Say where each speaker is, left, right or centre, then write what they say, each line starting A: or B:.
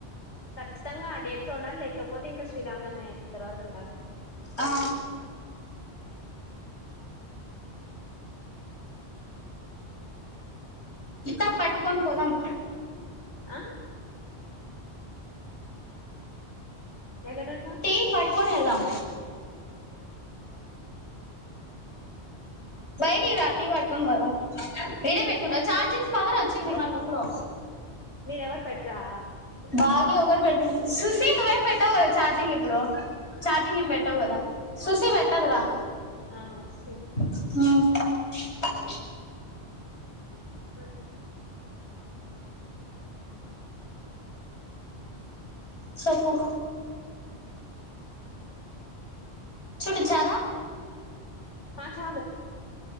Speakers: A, on the left; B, on the left.
A: ఖచ్చితంగా ఆ డేట్ లో ఉండాలి లేకపోతే ఇంకా శ్రీరామనవమి అయిపోయిన తర్వాత ఉండాలి
B: ఆ ఇక్కా పట్టుకని పోదాం
A: ఆ ఎక్కడున్నావ్
B: టీ పట్టుకుని వెళ్దం బయటికి రా టీ పట్టుకొని పోదాం వేడే పెట్టుకుంట చార్జింగ్ పవర్ వచ్చింది మన రూమ్ లో
A: మీరెవరు పెట్రా
B: బా ఒకటి పెడుతుంది సుసీ నువ్వేం పెట్టవు కదా ఛార్జింగ్ ఇప్పుడు చార్జింగ్ ఏం పెట్టవు కదా సుసీ పెట్టదురా
A: ఆ స
B: అ
A: <unintelligible>
B: చెప్పు చూపించాలా
A: ఆ చాలు